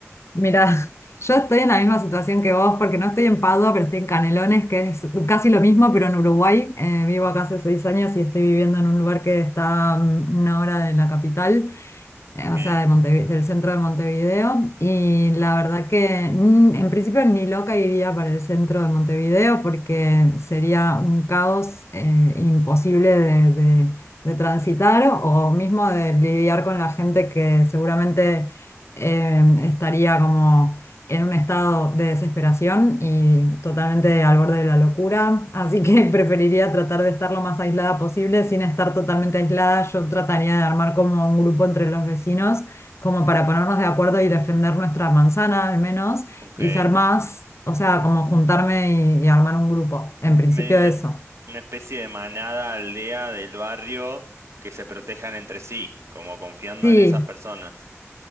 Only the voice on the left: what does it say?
Mira, <laughs> yo estoy en la misma situación que vos porque no estoy en Padua, pero estoy en Canelones, que es casi lo mismo, pero en Uruguay. Eh, vivo acá hace seis años y estoy viviendo en un lugar que está mm, una hora de la capital eh,
o sea, de Montevi- del centro de Montevideo. Y la verdad que mm, en principio ni loca iría para el centro de Montevideo porque sería un caos eh, imposible de, de- de transitar o mismo de lidiar con la gente que seguramente eh, estaría como en un estado de desesperación y totalmente al borde de la locura, así que <laughs> preferiría tratar de estar lo más aislada posible. Sin estar totalmente aislada, yo trataría de armar como un grupo entre los vecinos, como para ponernos de acuerdo y defender nuestra manzana al menos,
y ser más, o sea, como juntarme y, y armar un grupo. En principio
eso.
Sí,